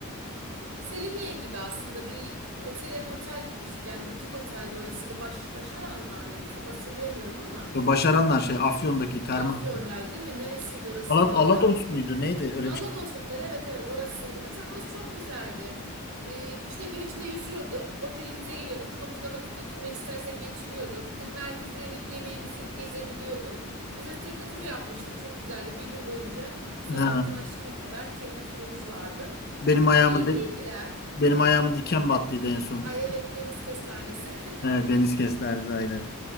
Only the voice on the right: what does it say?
Selimiye gibi aslında bir otele otel gitmiştik. Yani butik otelde orası da baş, Başaranlar mıydı? Tam hatırlayamıyorum ama
Afyon'daydı değil mi? Neresiydi orasının
adı?
Alados
Otel evet evet orasıydı. Mesela orası çok güzeldi. Ee, işte gün içinde yüzüyorduk. Otelimize geliyorduk. Havuzda vakit geçirmek istersek geçiriyorduk. Dı- Merkeze inip yemeğimizi yiyip gezebiliyorduk. Mesela tekne turu yapmıştık. Çok güzeldi. Bir gün boyunca sabahtan
akşama kadar tekne turumuz vardı.
İlgiliydiler.
Ay evet deniz kestanesi. <laughs>